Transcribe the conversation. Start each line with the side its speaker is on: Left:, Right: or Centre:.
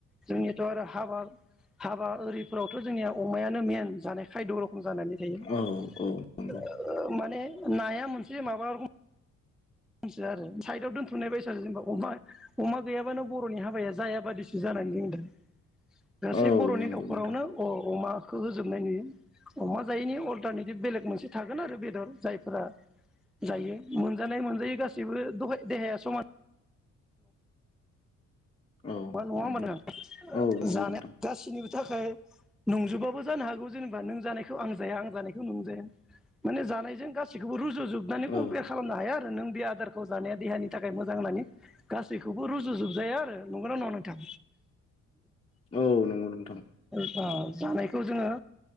Centre: जोंनियाथ' आरो हाबा हाबा ओरिफोरावथ' जोंनिया अमायानो मेन जानाय खायद' जानानै थायो ओ
Left: औ औ नंगौ
Centre: माने। नाया मोनसे माबा रखम सै आरो साइदआव दोनथुमनाय बायस जेनेबा अमा गैयाबानो बर'नि हाबाया जायााबादिसो जानानै जों दा गासै
Left: औ
Centre: बर'नि
Left: नंगौ
Centre: न'खरावनो
Left: नोंथां
Centre: अ अमा खौ होजोबनाय नुयो अमा जायैनि अल्टारनेटिभ बेलेग मोनसे थागोन आरो बेदर जायफोरा जायो मोनजानाय मोन यो गासैबो दहाय देहाया समान
Left: औ
Centre: मा नङा
Left: नंगौ
Centre: मोनो
Left: औ नंगौ
Centre: जानाया
Left: नोंथां
Centre: गासिनिबो थाखाय नंजुबोबाबो जानो हागौ जेनेबा नों जानायखौ आं जाया आं जानायखौ नों जाया माने जानायजों गासिखौबो रुजु जोबनानै
Left: औ
Centre: कम्पेयार खालामनो हाया आरो नों बे आदारखौ जानाया देहानि थाखाय मोजां होननानै गासैखौबो रुजुजोबजाया आरो। नंगौ ना नङा नोंथां
Left: औ नंगौ नोंथां
Centre: अ जानाय खौ जोङो